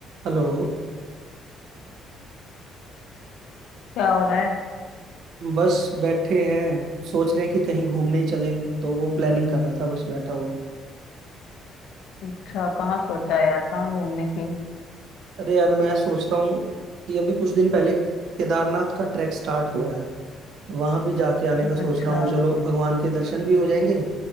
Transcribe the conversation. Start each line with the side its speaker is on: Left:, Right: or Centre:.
Right: हेलो
Left: क्या हो रहा है
Right: बस बैठे हैं सोच रहे हैं कि कहीं घूमने ही चले तो वो प्लानिंग कर रहा था बस बैठा हुआ
Left: अच्छा कहाँ सोचा है यार कहाँ घूमने की
Right: अरे यार मैं सोच रहा हूँ कि अभी कुछ दिन पहले केदारनाथ का ट्रैक स्टार्ट हुआ है वहां भी जाके आने का सोच
Left: अच्छा
Right: रहा हूँ चलो भगवान के दर्शन भी हो जाएंगे